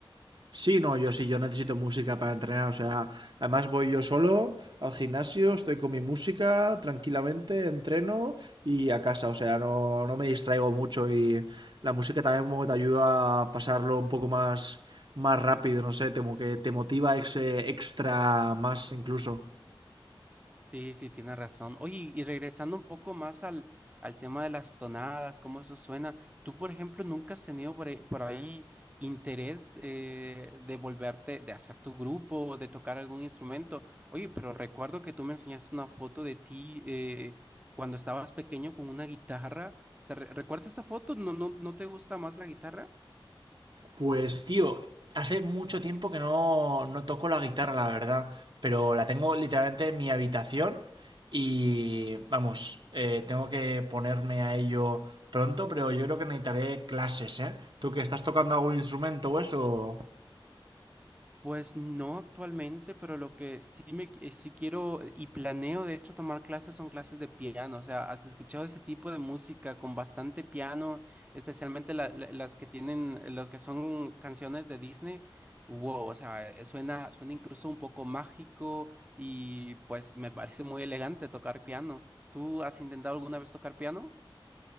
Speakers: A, on the right; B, on the right.
A: Sí, no, yo sí, yo necesito música para entrenar, o sea, además voy yo solo al gimnasio, estoy con mi música tranquilamente, entreno y a casa, o sea, no, no me distraigo mucho y la música también como que te ayuda a pasarlo un poco más, más rápido, no sé, como que te motiva ese extra más incluso.
B: Sí, sí, tienes razón. Oye, y regresando un poco más al, al tema de las tonadas, cómo eso suena, ¿tú, por ejemplo, nunca has tenido por ahí, por ahí interés eh, de volverte, de hacer tu grupo, o de tocar algún instrumento? Oye, pero recuerdo que tú me enseñaste una foto de ti eh, cuando estabas pequeño con una guitarra. ¿Te re- recuerdas esa foto? ¿No, no, no te gusta más la guitarra?
A: Pues tío, hace mucho tiempo que no, no toco la guitarra, la verdad, pero la tengo literalmente en mi habitación y vamos, eh, tengo que ponerme a ello pronto, pero yo creo que necesitaré clases, ¿eh? ¿Tú que estás tocando algún instrumento o eso?
B: Pues no actualmente, pero lo que sí me qui- sí quiero eh, y planeo de hecho tomar clases son clases de piano. O sea, ¿has escuchado ese tipo de música con bastante piano, especialmente la- la- las que tienen, las que son canciones de Disney? Wow, o sea, eh, suena, suena incluso un poco mágico y pues me parece muy elegante tocar piano. ¿Tú has intentado alguna vez tocar piano?